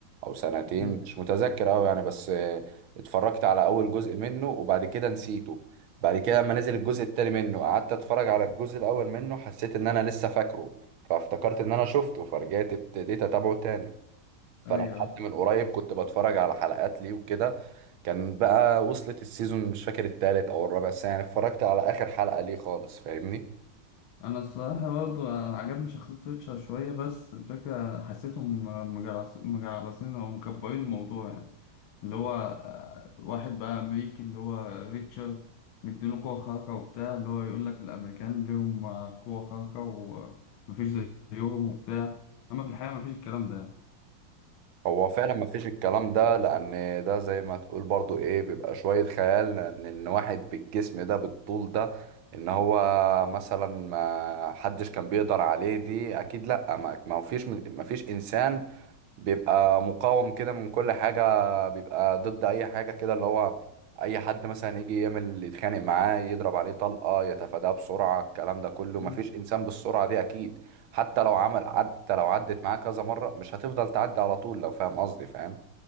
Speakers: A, on the right; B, on the left.
A: او سنتين
B: مم.
A: مش متذكر اوي يعني بس آه، اتفرجت على اول جزء منه وبعد كده نسيته بعد كده لما نزل الجزء التاني منه قعدت اتفرج على الجزء الاول منه حسيت ان انا لسه فاكره فافتكرت ان انا شفته فرجعت ابتديت اتابعه تاني فانا
B: ايوه
A: لحد
B: ايوه
A: من قريب كنت بتفرج على حلقات ليه وكده كان بقى وصلت السيزون مش فاكر التالت او الرابع بس يعني اتفرجت على اخر حلقة ليه خالص فاهمني
B: انا الصراحه برضه عجبني شخصيه ريتشارد شويه بس الفكره حسيتهم مجعلص- مجعلصين او مكبرين الموضوع يعني اللي هو آه، واحد بقى امريكي اللي هو ريتشارد مديله قوه خارقه وبتاع اللي هو يقول لك الامريكان ليهم آه، قوه خارقه ومفيش زيهم وبتاع اما في الحقيقه مفيش الكلام ده يعني.
A: هو فعلا ما فيش الكلام ده لان ده زي ما تقول برضو ايه بيبقى شوية خيال لان ان واحد بالجسم ده بالطول ده ان هو مثلا ما حدش كان بيقدر عليه دي اكيد لا ما ما فيش ما فيش انسان بيبقى مقاوم كده من كل حاجة بيبقى ضد أي حاجة كده اللي هو أي حد مثلا يجي يعمل يتخانق معاه يضرب عليه طلقة يتفاداه بسرعة الكلام ده كله
B: آه،
A: مفيش إنسان بالسرعة دي أكيد حتى لو عمل حتى لو عدت معاه كذا مرة مش هتفضل تعدي على طول لو فاهم قصدي فاهم